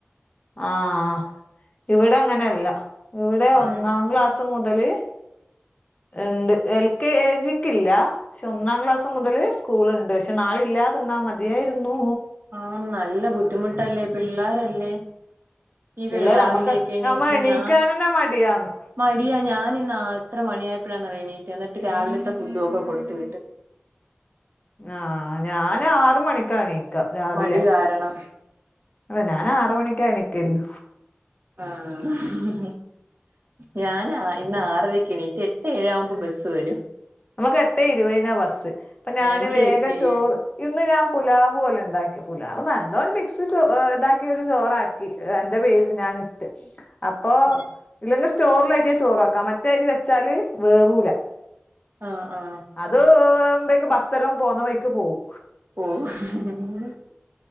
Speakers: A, on the left; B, on the right.
A: ആഹ് ഇവിടെ അങ്ങനെയല്ല ഇവിടെ
B: ആഹ്
A: ഒന്നാം ക്ലാസ് മുതല് ഇണ്ട് എൽ കെ ജിക്കില്ല പക്ഷെ ഒന്നാം ക്ലാസ് മുതല് സ്കൂളുണ്ട് പക്ഷെ നാളെ ഇല്ലാതിന്നാ മതിയായിരുന്നു
B: ആഹ് നല്ല ബുദ്ധിമുട്ടല്ലേ പിള്ളേരല്ലേ ഈ
A: പിള്ളേര്
B: രാവിലെയൊക്കെ
A: നമ്മക്ക്
B: എണീറ്റ്
A: നമ്മ എണീക്കാനന്നെ
B: ഞാൻ
A: മടിയാന്ന്
B: മടിയാ ഞാനിന്ന് എത്ര മണിയായപ്പോഴാന്ന് അറിയോ എണീറ്റേ എന്നിട്ട് രാവിലത്തെ ഫുഡും ഒക്കെ കൊടുത്ത് വിട്ട്
A: ആഹ് ഞാന് ആറ് മണിക്കാ എണീക്കാ രാവിലെ
B: മടി കാരണം
A: ഞാനും ആറ് മണിക്കാ എണീക്കല്
B: ആഹ് ഞാൻ ഇന്ന് ആറരക്ക് എണീറ്റ് എട്ട് ഏഴാകുമ്പോ ബസ്സ് വരും
A: നമുക്ക് എട്ടേ ഇരുപതിനാ ബസ്സ് അപ്പൊ ഞാന്
B: ആഹ് എനിക്ക്
A: വേഗം
B: എട്ട് ഏഴ്
A: ചോറ് ഇന്ന് ഞാന് പുലാവ് പോലെ ഇണ്ടാക്കി പുലാവ് എന്തൊ മിക്സ് ഇതാക്കി ഒരു ചോറാക്കി രണ്ട് പേജ് ഞാന് ഇട്ട് അപ്പൊ
B: ആഹ്
A: ഇല്ലെങ്കിൽ സ്റ്റോറില അരിയെ ചോറ ആക്കാം മറ്റേ അരി വെച്ചാല് വേവൂല
B: ആഹ് ആഹ്
A: അത് വേവുബക്ക് ബസ്സ എല്ലാം പോകു ന്ന വഴിക്ക് പോകും.
B: പോവും